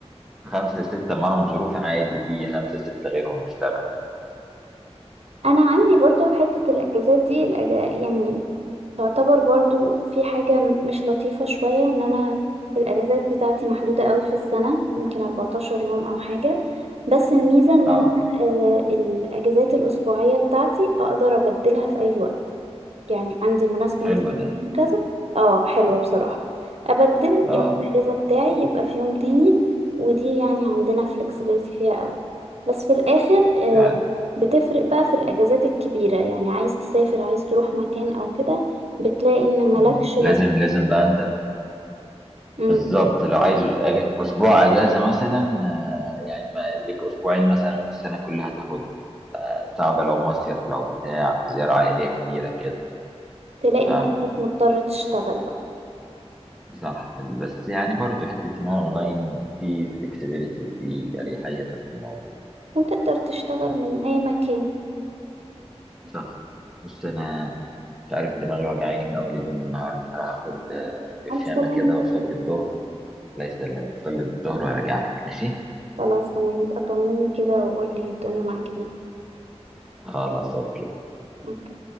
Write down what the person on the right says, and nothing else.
أنا عندي برضو في حتة الأجازات دي الأج... يعني تعتبر برضو في حاجة م- مش لطيفة شوية إن أنا الأجازات بتاعتي محدودة قوي في السنة يمكن 14 يوم أو حاجة بس الميزة إن
أنا آه، الأجازات الأسبوعية بتاعتي أقدر أبدلها في أي وقت يعني عندي مناسبة
مثلا
يوم كذا اه حلوة بصراحة أبدل
يوم الأجازة بتاعي يبقى في يوم تاني ودي يعني عندنا flexibility فيها قوي بس في الآخر آه،
بتفرق بقى في الأجازات الكبيرة يعني عايز تسافر عايز تروح مكان أو كده بتلاقي إن ملكش
رس
مم.
تلاقي
نفسك مضطر تشتغل بقى
وتقدر تشتغل من أي مكان
ألف سلامة
خلاص تمام بقى طمني كده وقولي الدنيا معاك ايه
أوكي.